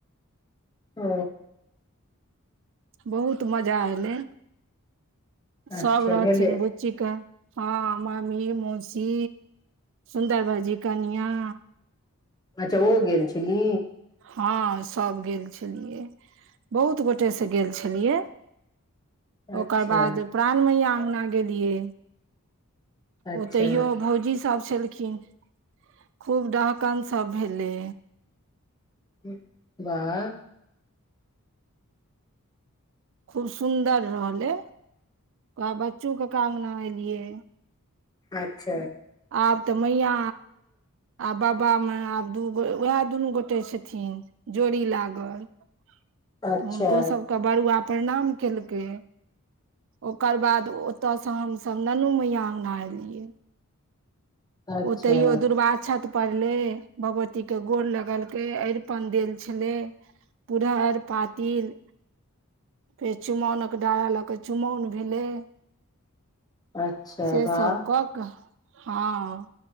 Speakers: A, on the left; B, on the right.
A: औ
B: बहुत मजा एलै, सब
A: अच्छा
B: रहथिन
A: भेलै
B: बुच्ची के। हां मामी, मौसी, सुन्दर भायजी, कनिया।
A: अच्छा ओ गेल छली।
B: हां सब गेल छलियै, बहुत गोटे से गेल छलियै।
A: अच्छा
B: ओकर बाद प्राण मैया अंगना गेलियै।
A: अच्छा
B: ओतैयौ भौजी सब छलखिन। खूब डहकन सब भेलै।
A: ऊं बाह।
B: खूब सुन्दर रहलै आ बच्चू कका अंगना एलियै।
A: अच्छा।
B: आब तऽ मैया आ बबा मे आब दू ओय उहाए दुनू गोटे छथिन जोड़ी लागल। तऽ
A: अच्छा
B: हुनको सबके बरुआ प्रणाम केलकै। ओकर बाद ओता से हम सब ननु मैया अंगना एलियै।
A: अच्छा
B: ओतैयो दुर्वा अक्षद पड़ लै, भगवती के गोर लगलक, एरपन देल छलै। पुरहर पातिल फेर चुमौनक डाला लऽ कऽ चुमौन भेलै।
A: अच्छा
B: से
A: वाह
B: सब कऽ के हां